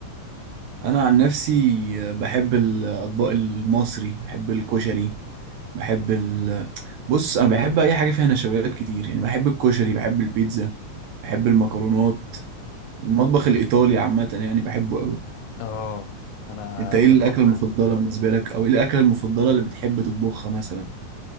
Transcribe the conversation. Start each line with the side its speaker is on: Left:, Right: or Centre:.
Right: انا عن نفسي بحب الاطباق المصري بحب الكشري بحب ال... بص انا بحب اي حاجه فيها نشويات كتير يعني بحب الكشري بحب البيتزا بحب المكرونات المطبخ الايطالي عامه يعني بحبه قوي
Left: اه انا
Right: انت ايه
Left: في
Right: الاكله
Left: المكرونة
Right: المفضله بالنسبه لك او ايه الاكله المفضله اللي بتحب تطبخها مثلا